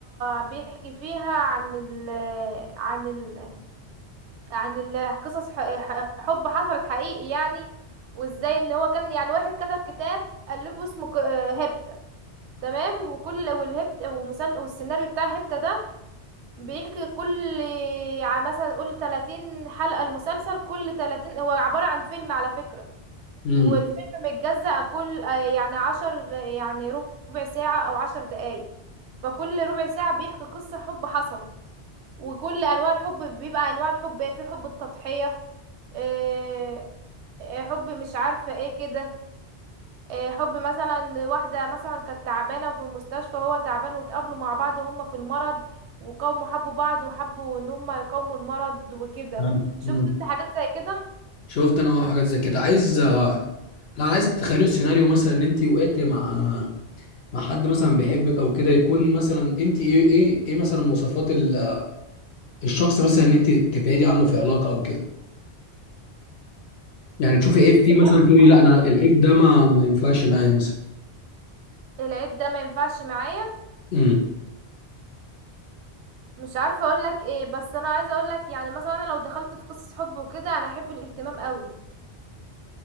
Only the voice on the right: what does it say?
بيحكي فيها عن ال عن ال عن ال- قصص ح- ح- حب حصلت حقيقي يعني وازاي ان هو كان يعني واحد كتب كتاب الفه اسمه ك- آه، هيبتا تمام وكل والهبت ومسل والسيناريو بتاع هيبتا ده بيحكي كل ع- مثلا قول 30 حلقة المسلسل كل 30 هو عبارة عن فيلم على فكرة
والفيلم متجزأ كل آه، يعني عشر يعني ربع ساعة أو عشر دقايق فكل ربع ساعة بيحكي قصة حب حصلت وكل أنواع الحب بيبقى أنواع الحب إيه، في حب التضحية إيه إيه، حب مش عارفة ايه كده إيه، حب مثلا واحدة مثلا كانت تعبانة وفي المستشفى هو تعبان واتقابلوا مع بعض هما في المرض وقاموا حبوا بعض وحبوا ان هما يقاوموا المرض وكده
شفت
انت حاجات زي كده
ما
حصلتش؟
العيب ده ما ينفعش معايا
مش عارفة اقولك ايه بس انا عايزة اقولك يعني مثلا انا لو دخلت في قصص حب وكده انا احب الاهتمام قوي